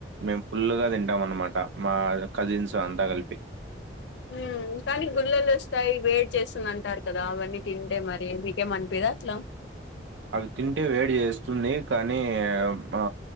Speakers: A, on the right (about 80°); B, on the left (about 75°).
A: మేము ఫుల్ గా తింటాం అన్నమాట మా కజిన్స్ అంతా కలిపి
B: ఊ కానీ గుళ్ళలు వస్తాయి వేడి చేస్తుంది అంటారు కదా అవన్నీ తింటే మరి మీకేం అనిపిదా అట్లా
A: అవి తింటే వేడి చేస్తుంది కానీ ఆ